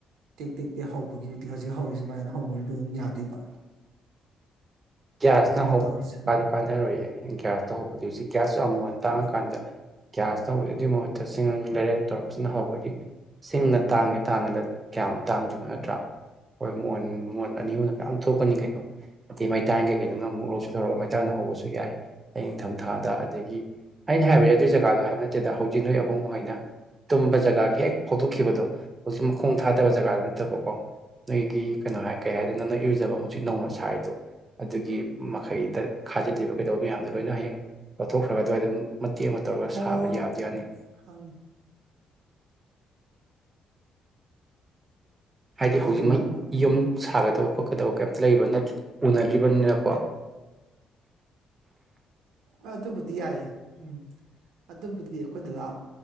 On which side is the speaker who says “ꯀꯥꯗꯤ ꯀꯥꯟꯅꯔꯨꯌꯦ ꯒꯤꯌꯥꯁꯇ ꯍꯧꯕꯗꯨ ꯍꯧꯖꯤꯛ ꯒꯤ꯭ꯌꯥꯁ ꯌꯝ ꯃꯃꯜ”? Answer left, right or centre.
Right